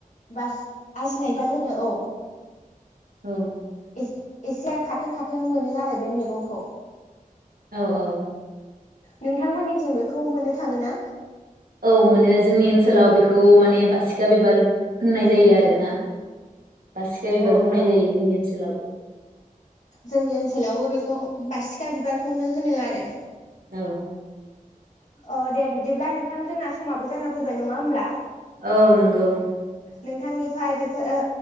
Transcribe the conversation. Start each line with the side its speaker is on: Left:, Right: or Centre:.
Left: बास आजिनाय बार होनो औ।
Right: औ
Left: इस इसे खाथो खाथो मोनो आरो बे मेगंखौ।
Right: औ औ।
Left: नोंथांमोननिथिं बेखौ मोननो थाङो ना?
Right: औ मोनो जोंनि ओनसोलाव बेखौ माने बासिखा बिबार होननाय जायो आरोना। बासिखा
Left: अ
Right: बिबार बुंनाय
Left: औ
Right: जायो जोंनि ओनसोलाव।
Left: जोंनि ओनसोलावबो बेखौ बासिखा बिबारखौनो होनो आरो।
Right: औ।
Left: अ दे बिदिब्ला नोंथां जोंना समाबो जाना फैबाय नङा होमब्ला?
Right: औ औ नंगौ।
Left: नोंथांनिफाय बेफोर ओ